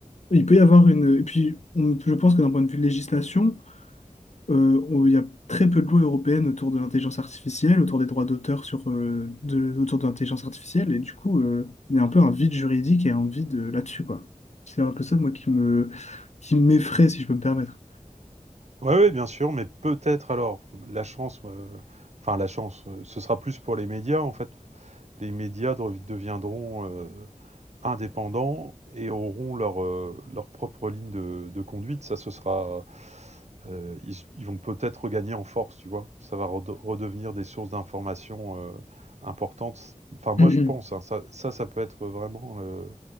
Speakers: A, on the left; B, on the right.
A: Il peut y avoir une. Et puis, on- je pense que d'un point de vue législation, euh, on- il y a très peu de lois européennes autour de l'intelligence artificielle, autour des droits d'auteur sur, euh, de- autour de l'intelligence artificielle. Et du coup, euh, il y a un peu un vide juridique et un vide euh, là-dessus, quoi. C'est un peu ça, moi, qui me, qui m'effraie, si je peux me permettre.
B: ouais, ouais, bien sûr, mais peut-être alors la chance, heu, enfin la chance, heu, ce sera plus pour les médias en fait. les médias dev- deviendront euh, indépendants et auront leur, euh, leur propre ligne de, de conduite. Ça, ce sera. euh, ils, ils vont peut-être regagner en force, tu vois. Ça va rede- redevenir des sources d'informations euh, importantes. Enfin, moi,
A: <clears throat>
B: je pense, hein, ça, ça, ça peut être vraiment le-